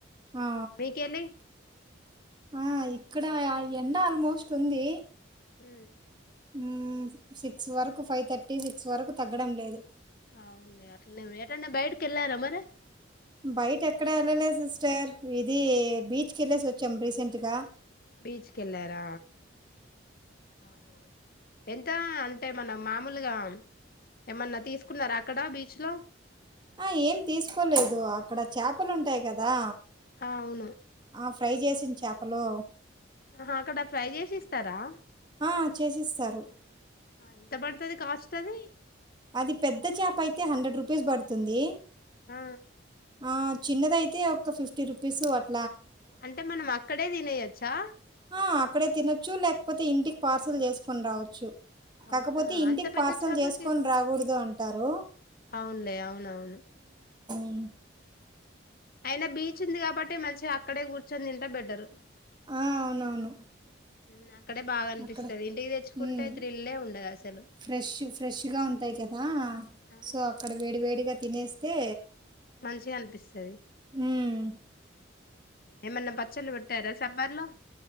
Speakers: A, on the right (about 20°); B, on the left (about 45°).
A: అ
B: మీకెళ్ళి
A: ఆయ్ ఇక్కడ ఆ ఎండ ఆల్మోస్ట్ ఉంది
B: ఉ
A: ఊ సిక్స్ వరకు ఫైవ్ థర్టీ సిక్స్ వరకు తగ్గడం లేదు
B: అవునులే అట్లే ఎటన్నా బయటకి వెళ్ళారా మరి
A: బయట ఎక్కడా వెళ్ళలే సిస్టర్ ఇది బీచ్ కు వెళ్ళేసి వచ్చాం రీసెంట్ గా
B: బీచ్ కెల్లారా ఆహా ఎంత అంటే మన మామూలుగా ఏమన్నా తీసుకున్నారా అక్కడ బీచ్ లో.
A: ఆ ఏం తీసుకోలేదు అక్కడ చాపలు ఉంటాయి కదా.
B: అవును
A: ఆ ఫ్రై చేసిన చాపలు
B: ఆహా అక్కడ ఫ్రై చేసి ఇస్తారా
A: ఆ చేసిస్తారు
B: ఎంత పడుతది కాస్ట్ అది
A: అది పెద్ద చేప అయితే హండ్రెడ్ రూపీస్ పడుతుంది
B: ఆ
A: ఆ చిన్నదయితే ఒక ఫిఫ్టీ రుపీస్ ఆ
B: అంటే మనం అక్కడే తినేయొచ్చా
A: ఆ! అక్కడే తినొచ్చు లేకపోతే ఇంటికి పార్సల్ చేసుకొని రావచ్చు కాకపోతే
B: అవునా
A: ఇంటికి
B: అంత పెద్ద
A: పార్సల్
B: చేపకి
A: చేసుకొని రాకూడదు అంటారు
B: అవునులే అవునవును
A: ఇ
B: అయిన బీచ్ ఉంది కాబట్టి మంచిగా అక్కడే కూర్చొని తింటే బెటర్
A: ఆ అవునవును
B: ఉమ్, అక్కడే బాగా అనిపిస్తది
A: అక్కడే
B: ఇంటికి తెచ్చుకుంటే
A: హ్మ్
B: త్రిల్లే ఉండదు అసలు
A: ఫ్రెష్ ఫ్రెష్గా ఉంటాయి కదా
B: ఆ
A: సో అక్కడ వేడి వేడిగా తినేస్తే
B: మంచిగా అనిపిస్తది
A: మ్మ్
B: ఏమన్నా పచ్చళ్ళు పెట్టారా సమ్మర్ లో